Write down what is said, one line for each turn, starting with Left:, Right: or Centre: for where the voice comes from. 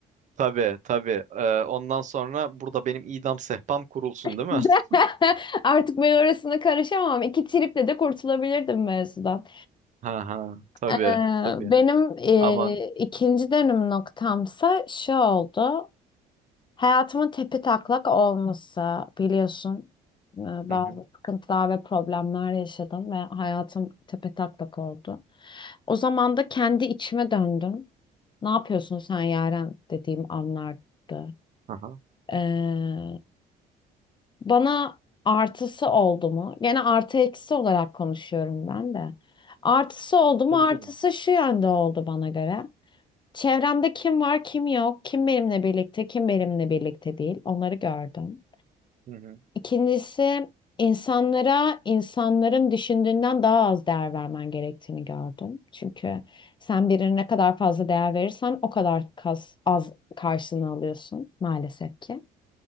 Right: Tabii tabii. Ee, ondan sonra burada benim idam sehpam kurulsun
Left: <laughs>
Right: değil mi? <laughs>
Left: Artık ben orasına karışamam. İki triple de kurtulabilirdim mevzudan.
Right: Ha ha. Tabii
Left: Ee,
Right: tabii.
Left: benim e,
Right: Aman.
Left: ikinci dönüm noktamsa şu oldu. Hayatımın tepetaklak olması biliyorsun. e,
Right: Hı
Left: Bazı
Right: hı.
Left: sıkıntılar ve problemler yaşadım ve hayatım tepetaklak oldu. O zaman da kendi içime döndüm. Ne yapıyorsun sen Yaren dediğim anlardı.
Right: Ha ha.
Left: Ee, Bana artısı oldu mu? Gene artı eksi olarak konuşuyorum ben de. Artısı oldu mu?
Right: Tabii
Left: Artısı
Right: tabii.
Left: şu yönde oldu bana göre. Çevremde kim var, kim yok, kim benimle birlikte, kim benimle birlikte değil. Onları gördüm.
Right: Hı hı.
Left: İkincisi insanlara insanların düşündüğünden daha az değer vermen gerektiğini gördüm. Çünkü sen birine ne kadar fazla değer verirsen o kadar kas- az karşılığını alıyorsun maalesef ki.